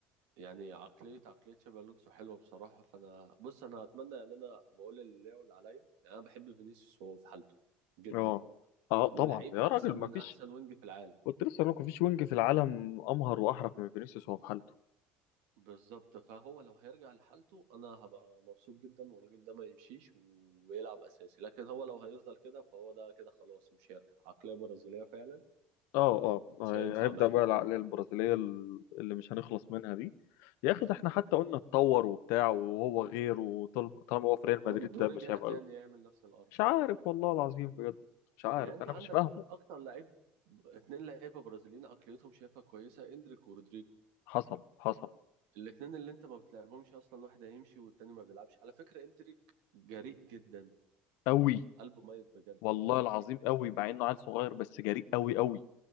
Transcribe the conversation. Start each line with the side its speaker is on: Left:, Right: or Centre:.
Right: يعني عقليه عقليه تشابي الونسو حلوه بصراحه فانا بص انا اتمنى يعني انا بقول اللي ليا واللي عليا يعني انا بحب فينيسيوس وهو في حالته جدا
Left: اه اه طبعا
Right: ولعيب
Left: يا
Right: احسن
Left: راجل ما
Right: من
Left: فيش
Right: احسن وينج في العالم
Left: قلت لسه ما فيش وينج في العالم امهر واحرف من فينيسيوس وهو في حالته
Right: بالظبط فهو لو هيرجع لحالته انا هبقى مبسوط جدا والراجل ده ما يمشيش و- ويلعب اساسي لكن هو لو هيفضل كده فهو ده كده خلاص مش هيرجع عقلية برازيلية فعلا
Left: اه اه
Right: مش
Left: هي-
Right: هينفع
Left: هيبدا
Right: معاه
Left: بقى العقليه البرازيليه ال- اللي مش هنخلص منها دي يا اخي ده احنا حتى قلنا اتطور وبتاع وهو غير وطالما هو في ريال
Right: برضه
Left: مدريد ده
Right: رجع
Left: مش هيبقى
Right: تاني
Left: له-
Right: يعمل نفس القرف
Left: مش عارف والله العظيم بجد مش عارف
Right: يعني انت
Left: انا
Right: عندك
Left: مش فاهمه
Right: اكتر لعيب اتنين لعيبة برازيليين عقليتهم شايفها كويسة اندريك ورودريجو
Left: حصل حصل
Right: الاتنين اللي انت ما بتلعبهمش اصلا واحد هيمشي والتاني ما بيلعبش على فكرة اندريك جريء جدا
Left: قوي
Right: قلبه ميت بجد
Left: والله العظيم قوي مع انه عيل صغير بس جريء قوي قوي